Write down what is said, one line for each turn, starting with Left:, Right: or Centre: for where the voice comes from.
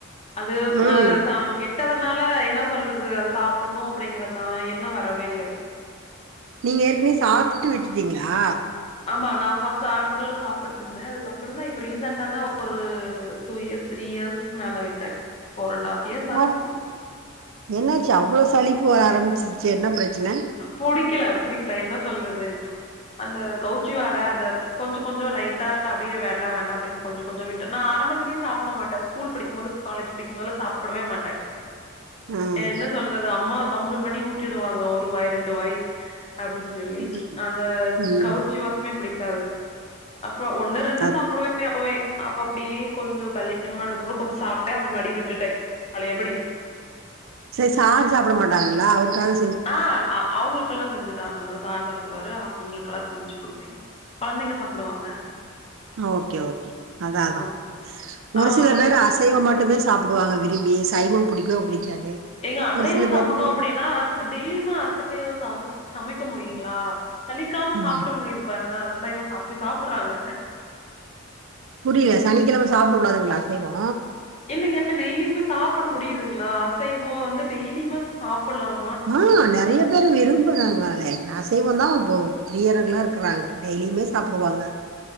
Left: அது
Right: ம்
Left: ஆ சம் வீ விட்டதுனால என்ன சொல்றது அத சாப்பட்ணு அப்பிடிங்கறதான் எண்ணொ வரவே இல்ல
Right: நீங்க ஏற்கனவே சாப்ட்டு விட்டுட்டீங்களா
Left: ஆமா நா ஃபஸ்ட்டு ஆரம்பத்துலலா சாப்புட்ருந்த அதுக்கப்புறம் தா இப்ப ரீசன்ட்டா தா ஒரு டூ இயர்ஸ் த்ரி இயர்ஸ்க்கு மேல ஆய்ட்டு ஃபோர் அண்ட ஹாஃப் இயர்ஸ்
Right: நா
Left: ஆச்சு
Right: என்னாச்சு அவ்ளோ சளிப்பு வர ஆரம்பிச்சிருச்சு என்ன ப்ரச்சன
Left: புடிக்கல புடிக்கல என்ன சொல்றது அந்த கவுச்சி வாட அந்த கொஞ்சோ கொஞ்சோ லைட்டா அப்டியே வேண்டா வேண்டா அப்டின்னு கொஞ்சோ கொஞ்சோ விட் நா ஆரம்பத்துலயே சாப்பட மாட்ட ஸ்கூல் படிக்கும் போது காலேஜ் படிக்கும்போதெல்லா சாப்படவே மாட்ட
Right: ம்
Left: அ என்ன சொல்றது அம்மா கம்பள் பண்ணி ஊட் ஊட்டி உடுவாங்க ஒரு வாய் ரெண்டு வாய் அப்டின்னு சொல்லி
Right: ம்
Left: அந்த
Right: ம்
Left: கவுச்சி வாசமே புடிக்கா டாவு அப்பறோ ஒண்ணு ரெண்டு
Right: அது
Left: சாப்புடுவே து அப்பவேய் அப்ப அப்டியே கொஞ்சோ கல்யாணொம் ஆனதுக்கப்பறோ கொஞ்சோ சாப்டே அப்பறோ மடி விட்டுட்டெய் பழைய படி
Right: சேரி சார் சாப்பட மாட்டாங்களா அவருக்காது
Left: ஆ அவுங்களுக்கெல்லா செஞ்சி தாரேனுங்க சார் சாப்டுவாரு அவுங்களுக்கெல்லா சமைச்சி குடுப்பே கொழந்தைங்க சாப்டுவாங்க
Right: ஆ ஓகே ஓகே அதா
Left: ம்
Right: அதா ஒரு
Left: அவங்கள
Right: சில பேரு ஆசி அசைவோ மட்டுமே சாப்புடுவங்க விரும்பி சைவோ பிடிக்க புடிக்காது
Left: எங்க அசைவோ
Right: ஒரு சில
Left: சாப்புட்னோ
Right: பேத்துக்கு
Left: அப்டின்னா டெய்லியுமாே அசைவம் சமை சமைக்க முடியுங்ளா சலிக்காம
Right: ம்
Left: சாப்ட முடியுது பாருங்க அசைவோ அப்டி சாப்புட்றாங்க
Right: புரியல சனிக்கெழம சாப்ட கூடாதுங்ளா அசைவோ
Left: இல்லைங்கா டெய்லிமே சாப்புட முடியுதுங்ளா அசைவோ வந்து டெய்லிமே சாப்புட்லாம்
Right: ஆ நறைய பேரு விரும்புறாங்களே அத அசைவோ தா இப்ப பிரியர்களா இருக்குறாங்க டெய்லியுமே சாப்புடுவாங்க